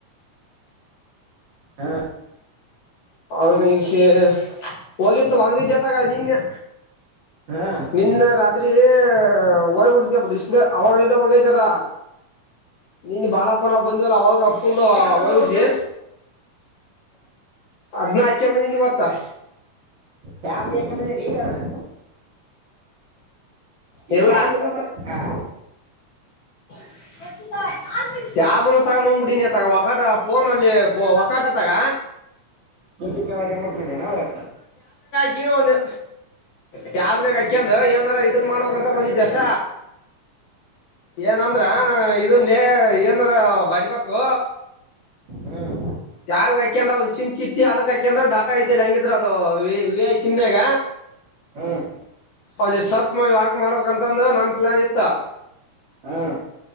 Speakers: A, on the right; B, on the left.
A: ಆ
B: ಅವನಿಗ್ ಶೇ ಹೋಗಿತ್ತು ಹೊಗ್ದಿದ್ದತ್ತಾಗ ನಿನ್ನೆ.
A: ಹಾ
B: ನಿನ್ನೆ ರಾತ್ರಿ ಹೋಯ್ಗ್ ಬಿಟ್ದೆ ಡಿಸ್ಪ್ಲೇ ಅವಾಗ್ಲಿದ ಹೋಗಯ್ತದ. ನಿನ್ ಬಾಲಪ್ಪ ನಾವ್ ಬಂ ದ್ವಲ್ಲ ಅವಾಗ ಫುಲ್ಲು
A: ಟ್ಯಾಬ್ ತಗೊಂಬರ್ಬೇಕು
B: ಹೋಯ್ಬಿಟ್ದೆ. ಅದ್ನ ಹಾಯ್ಕೊಂ ಬಂದೀನ್ ಈವತ್ತಾ.
A: ಟ್ಯಾಬ್ಗ್ ಹಾಯ್ಕೊಂ ಬಂದಿದೀನ್ ಈಗವನ ಈ
B: ಇಲ್ಲ
A: ಟ್ಯಾಬ್ ಹಿಡ್ಕಬಂದ್ ಆ
B: <inaudible> ಟ್ಯಾಬುನು ತಗೊಂಬಬಿಟೀನಿ ಅತಾಗ ಒಕಾಟ ಫೋನಲ್ಲಿ ಒಕಾಟತಾಗ
A: ಚುಂಟಿ ನಕ ಮಾಡ್ತ ಇದೀನ ಅವರಕ
B: ಕೀ ಓನು ಟ್ಯಾಬ್ನಾಗ್ ಹಾಕ್ಯೊಂಡು ಏನಾರ ಇದನ್ ಮಾಡ್ಬೇಕಂತ ಬಂದಿದೆ ಅಷ್ಟ ಏನಂದ್ರ ಇದನ್ಲೇ ಏನರ ಬರಿಬೇಕು
A: ಹ್ಮ್
B: ಯಾವ್ಗ್ ಹಾಕ್ಯೊಂಡು ಅವ್ ಸಿಮ್ ಕಿತ್ತಿ ಯಾವ್ದುಕ್ ಹಾಕ್ಯೊಂಡ್ರು ಡಾಟಾ ಇದ್ಯಲ್ಲ ಹೆಂಗಿದ್ರು ಅದು ವಿ ಐ ಸಿಮ್ನಾಗ
A: ಹ್ಮ್
B: ಒಂದಿಷ್ಟ್ ಸರ್ಚ್ ಮಾಡಿ ವರ್ಕ್ ಮಾಡ್ಬೇಕ್ ಅಂತಂದು ನನ್ ಪ್ಲಾನ್ ಇತ್ತ
A: ಹ್ಮ್